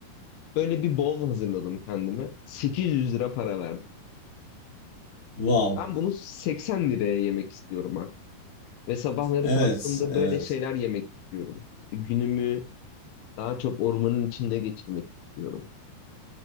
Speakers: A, on the left (about 80°); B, on the left (about 35°).
A: Böyle bir bol hazırladım kendime. 800 lira para verdim.
B: Wow.
A: Ben bunu 80 liraya yemek istiyorum artık. Ve sabahları
B: Evet,
A: kalktığımda
B: evet.
A: böyle şeyler yemek istiyorum. İşte günümü daha çok ormanın içinde geçirmek istiyorum.